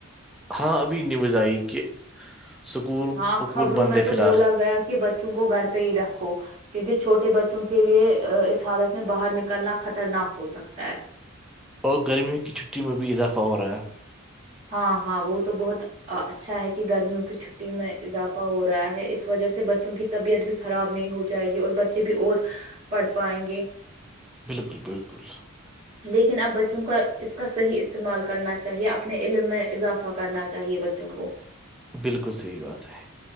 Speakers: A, in the centre; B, on the right.
A: ہاں ابھی نیوز آئی کہ سکول
B: ہاں
A: پکول
B: خبروں
A: بند
B: میں
A: ہے فی
B: تو
A: الحال
B: بولا گیا کہ بچوں کو گھر پہ ہی رکھو کیونکہ چھوٹے بچوں کے لیے اس حالت میں باہر نکلنا خطرناک ہو سکتا ہے
A: اور گرمیوں کی چھٹی میں بھی اضافہ ہو رہا ہے
B: ہاں ہاں وہ تو بہت اچھا ہے کہ گرمیوں کی چ چھٹی میں اضافہ ہو رہا ہے اس وجہ سے بچوں کی طبیعت بھی خراب نہیں ہو جائے گی اور بچے بھی اور پڑھ پائیں گے
A: بالکل بالکل
B: لیکن اب بچوں کا اس کا صحیح استعمال کرنا چاہیے اپنے علم میں اضافہ کرنا چاہیے بچوں کو <inaudible>
A: بالکل صحیح بات ہے